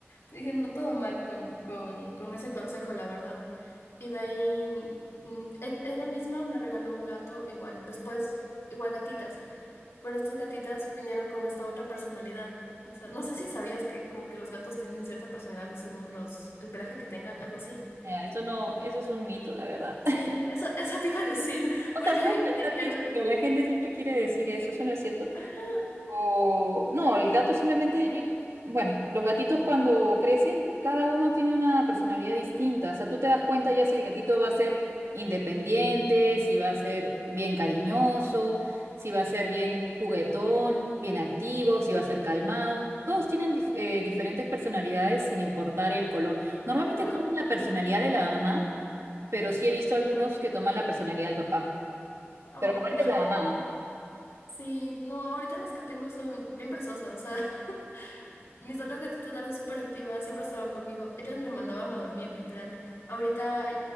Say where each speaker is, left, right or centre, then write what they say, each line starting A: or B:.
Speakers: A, on the left; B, on the right.
A: Dije, no, todo mal con, con, con ese consejo, la verdad. Y de ahí, mm, e- ella misma me regaló un gato igual, después, igual gatitas. Pero estas gatitas vinieron con esta otra personalidad. O sea, no sé si sabías que como que los gatos tienen cierta personalidad según los, el pelaje que tengan, algo así.
B: Eh, Eso no, eso es un mito, la verdad. <laughs>
A: Sí, eso, <laughs> eso te iba a decir, <laughs>
B: O
A: porque
B: sea, puedes
A: a mí
B: pensar
A: me dijeron
B: que sí, pero la gente siempre quiere decir eso, eso no es cierto.
A: "Ah,
B: O, no, el gato simplemente yo, bueno, los gatitos cuando crecen, cada uno tiene una personalidad distinta. O sea, tú te das cuenta ya
A: sí,
B: si el gatito va a ser independiente, si va a ser bien cariñoso, si va a ser bien juguetón, bien activo, si va a ser calmado. Todos tienen dif- eh, diferentes personalidades sin importar el color. Normalmente
A: de color.
B: toman la personalidad
A: Ujú.
B: de la mamá, pero sí he visto algunos que toman la personalidad del papá.
A: Oh,
B: Pero normalmente es la mamá. ¿ah?
A: sí, no, ahorita las que tengo son bien presosas, o sea, <laughs> mis otras gatitas eran súper activas, siempre estaban conmigo, ellas me mandaban a dormir, literal. Ahorita